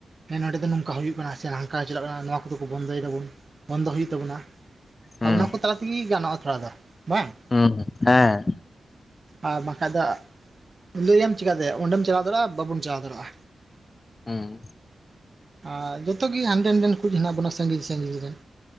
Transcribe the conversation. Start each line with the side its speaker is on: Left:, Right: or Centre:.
Right: ᱦᱮᱸ ᱱᱚᱰᱮ ᱫᱚ ᱱᱚᱝᱠᱟ ᱦᱩᱭᱩᱜ ᱠᱟᱱᱟ ᱥᱮ ᱦᱟᱝᱠᱟ ᱪᱮᱫᱟᱜ ᱵᱟᱝ ᱱᱚᱣᱟ ᱠᱚ ᱫᱚ ᱠᱩ ᱵᱚᱱᱫᱚᱭ ᱫᱟᱵᱩᱱ ᱵᱚᱱᱫᱚ ᱦᱩᱭᱩᱜ ᱛᱟᱵᱩᱱᱟ᱾
Left: ᱦᱩᱸ
Right: ᱟ ᱚᱱᱟ ᱠᱩ ᱛᱟᱼᱟ ᱛᱮᱜᱤ ᱜᱟᱱᱚᱜᱼᱟ ᱛᱷᱚᱲᱟ ᱫᱚ, ᱵᱟᱝ?
Left: ᱦᱩᱸ, ᱦᱮᱸ᱾
Right: ᱟᱨ ᱵᱟᱝ ᱠᱷᱟᱡ ᱫᱚ ᱞᱟᱹᱭᱟᱢ ᱪᱮᱠᱟ ᱛᱮ ᱚᱸᱰᱮᱢ ᱪᱟᱞᱟᱣ ᱫᱟᱲᱮᱜᱼᱟ ᱵᱟᱵᱩᱱ ᱪᱟᱞᱟᱣ ᱫᱟᱲᱮᱜᱼᱟ᱾
Left: ᱦᱩᱸ᱾
Right: ᱟ ᱡᱚᱛᱚ ᱜᱤ ᱦᱟᱸᱰᱮ ᱱᱟᱰᱮᱱ ᱠᱩᱜᱮ ᱦᱮᱱᱟᱜ ᱵᱚᱱᱟ ᱥᱟᱺᱜᱤᱧ ᱥᱟᱺᱜᱤᱧ ᱨᱮᱱ᱾